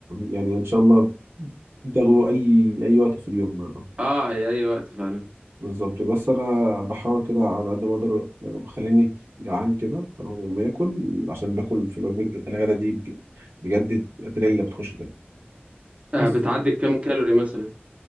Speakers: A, on the right; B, on the right.
A: يعني ان شاء الله بتاخده اي اي وقت في اليوم
B: اه هي اي وقت فعلا
A: بالظبط بس انا بحاول كده على قد ما اقدر آه، بخليني جعان كده تمام وما اكل عشان باكل في الوجبه الغدا دي بج- بجد تريلا بتخش كده
B: آه،
A: بس
B: بتعدي كام كالوري مثلا